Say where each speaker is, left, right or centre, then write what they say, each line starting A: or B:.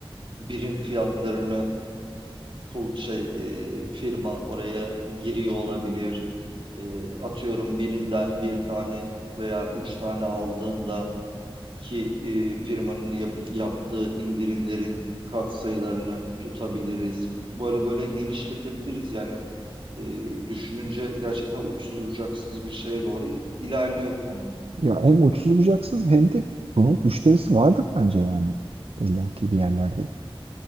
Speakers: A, on the right (about 60°); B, on the right (about 80°).
A: birim fiyatlarını kul- şey e, firma oraya giriyor olabilir. E, atıyorum birinden bir tane veya üç tane aldığında ki e, firmanın yap- yaptığı indirimlerin katsayılarını tutabiliriz. Böyle böyle genişletebiliriz yani e, düşününce gerçekten uçsuz bucaksız bir şeye doğru ilerliyor konu.
B: Ya hem uçsuz bucaksız hem de bunun müşterisi vardır bence yani. İlla bir yerlerde.